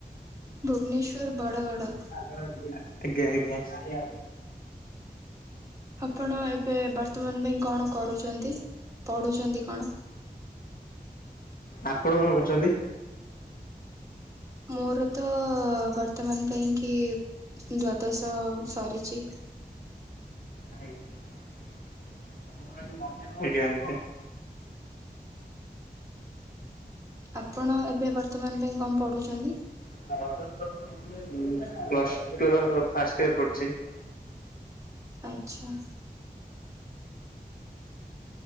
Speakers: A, on the right; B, on the left.
A: ଭୁବନେଶ୍ୱର ବଡ଼ଗଡ଼।
B: <unintelligible> ଆଜ୍ଞା ଆଜ୍ଞା।
A: ଆପଣ ଏବେ ବର୍ତ୍ତମାନ ପାଇଁ କଣ କରୁଚନ୍ତି ପଢୁଛନ୍ତି କଣ
B: ଆପଣ କଁ କରୁଚନ୍ତି।
A: ମୋରୋ ତ ବର୍ତ୍ତମାନ ପାଇଁ କି ଦ୍ଵାଦଶ ସରିଚି।
B: <unintelligible> ଆଜ୍ଞା ଆଜ୍ଞା।
A: ଆପଣ ଏବେ ବର୍ତ୍ତମାନ ପାଇଁ କଁ ପଢ଼ୁଚନ୍ତି।
B: <unintelligible> ମୁଁ ପ୍ଲସ ଟୁ ଫାର୍ଷ୍ଟ ଇୟର ପଢ଼ୁଚି।
A: ଆଚ୍ଛା।